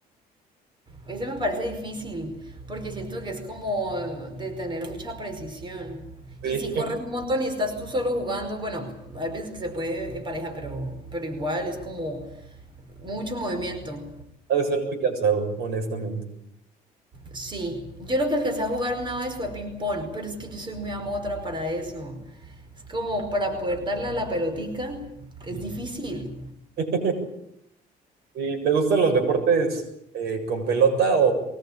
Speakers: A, on the right; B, on the right.
A: Ese me parece difícil, porque siento que es como de tener mucha precisión.
B: Sí,
A: Y si corres un montón y estás tú solo jugando, bueno, hay veces que se puede en pareja, pero, pero igual es como mucho movimiento.
B: ha de ser muy cansado, honestamente.
A: Sí, yo lo que alcancé a jugar una vez fue ping-pong, pero es que yo soy muy amotra para eso. Es como para poder darle a la pelotica,
B: Sí.
A: es difícil.
B: <laughs> Sí, ¿te gustan los deportes eh, con pelota o,